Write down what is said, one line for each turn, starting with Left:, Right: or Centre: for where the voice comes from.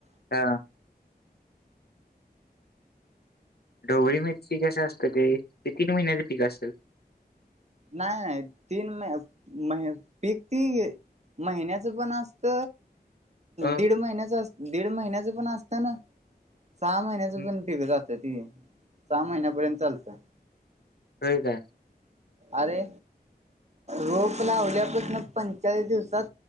Left: हा. ढोवळी मिरची कशी असतं ते ते तीन महिन्याच पिक असत?
Right: नाही तीन म महि पिक ती महिन्याचं पण असत
Left: अ
Right: दीड महिन्याच अस दीड महिन्याचं पण असतं ना सहा महिन्याचं
Left: हम्म
Right: पण पिक अ त ती सहा महिन्यापर्यंत चालतं.
Left: हो काय!
Right: अरे रोप लावल्यापासनं पंचाळीस दिवसात